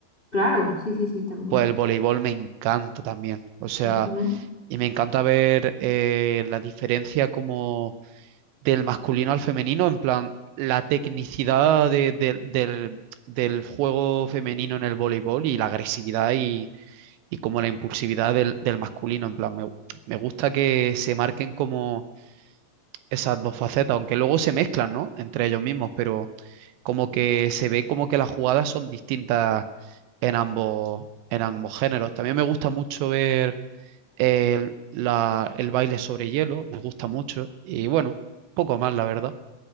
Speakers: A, on the left; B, on the right.
A: Claro, sí, sí, sí, también.
B: Pues el voleibol me encanta también, o sea,
A: Ujú.
B: y me encanta ver eh, la diferencia como del masculino al femenino, en plan, la tecnicidad de- de- del, del juego femenino en el voleibol y la agresividad y, y como la impulsividad del, del masculino, en plan, me, me gusta que se marquen como esas dos facetas, aunque luego se mezclan, ¿no? Entre ellos mismos, pero como que se ve como que las jugadas son distintas en ambos, en ambos géneros. También me gusta mucho ver el, la- el baile sobre hielo, me gusta mucho, y bueno, poco más, la verdad.